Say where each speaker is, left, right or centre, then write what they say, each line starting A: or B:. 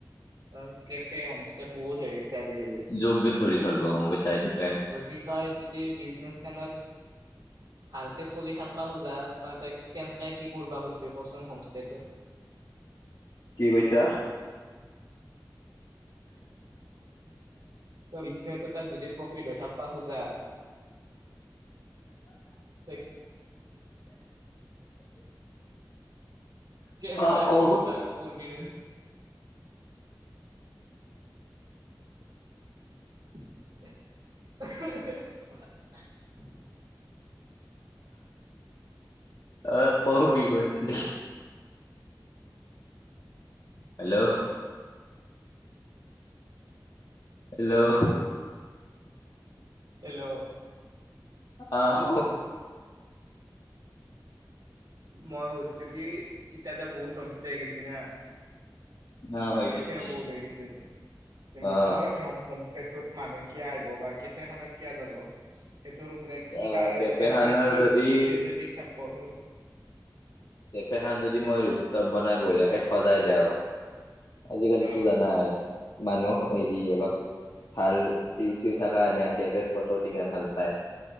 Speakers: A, on the right; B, on the left.
A: আৰু কেফে হোমষ্টে বহুত হৈ গৈছে আজিকালি
B: যুগ যুগ ধৰি চলিব গম পাইছা এইটো ট্ৰেইন
A: যদি তই যদি বিজনেচ খানত। ভালকে চলি থাকিবা খোজা মানে তই কেনেকে কি কৰিবা খুজিবি কচোন হোম ষ্টেটো। <inaudible>
B: কি কৈছা?
A: ত বিজনেছ তাত যদি প্ৰফিট হৈ থাকিবা খোজা ত কেনেকা
B: অ কৌ
A: কি কৰৰবা কৰবি <unintelligible>
B: অ কওঁ কি কৰিছিলি? হেল্ল' হেল্ল'
A: হেল্ল'
B: আহ
A: মই সুধিছো কি এতিয়াতো বহুত হোমষ্টে আহি গৈছে না
B: ন
A: বা
B: হৈ
A: কেফেও
B: গৈছি
A: বহুত হৈ গৈছে কিন্তু
B: অ
A: তোৰ হোম হোমষ্টেটোত মানুহ কিয় আহিব বা কেফেখনত কিয় যাব। সেইটোৰ মানে কি
B: অ
A: কাৰ
B: কেফে
A: কেনেকা
B: খানৰ
A: কি
B: যদি
A: বস্তু স্পেচিফিক থাকিব আৰু
B: কেফেখন যদি মই ৰোপটপ বনাই বঢ়িয়াকে সজাই দেওঁ। আজিকালিতো
A: আহ,
B: জানাই মানুহ হেৰি
A: উম
B: অলপ ভাল চিউ চিউ থকা এন কে ফোটো ইমান ভাল পায়।